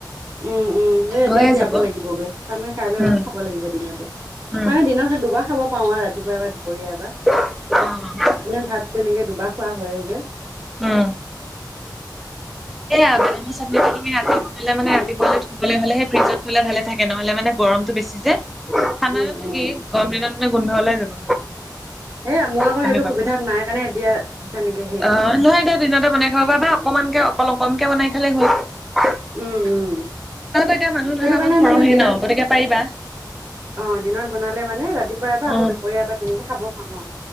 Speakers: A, on the right; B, in the centre.
A: উম', উম', এ এতিয়া
B: হৈয়ে
A: তিয়াব
B: যাব।
A: লাগিব গৈ, তাৰমানে কাইলে
B: উম,
A: অলপ খাব লাগিব দিনতে।
B: উম,
A: মানে দিনত সেই দুবাৰ খাব পাওঁ আও ৰাতিপুৱা এবাৰ দুপৰীয়া এবাৰ।
B: <unintelligible>
A: এনে ভাত তেনেকে দুবাৰ খোৱা হয়ে যে।
B: উম। এয়া বাদামৰ চাটনিটো তুমি ৰাতি বনালে মানে ৰাতিপুৱালে থবলৈ হ'লে সেই ফ্ৰজত থ'লে ভালে থাকে, নহ'লে মানে গৰম টো বেছি যে, ঠাণ্ডা
A: উম,
B: দিনত
A: উম,
B: থাকেই, গৰম দিনত মানে গোন্ধ ওলাই যাব।
A: সেয়া মোৰ আকৌ
B: তেনেকুৱা
A: সেইটো সুবিধা নাই কাৰণে এতিয়া তেনেকে হে
B: অ'। নহয়, এতিয়া দিনতে বনাই খাব পৰা বা অকণমানকে অকল অকলকে বনাই খালে হ'ল। <unintelligible>
A: উম, উম,
B: এতিয়া মানুহ
A: সেইটো
B: ধৰা অকমান
A: কাৰণে
B: সৰহেই
A: মানে দিনত
B: ন', গতিকে পাৰিবা।
A: অ', দিনত বনালে মানে ৰাতিপুৱা এবাৰ,
B: অ
A: আকৌ দুপৰীয়া এবাৰ তেনেকে খাব পাওঁ আউ।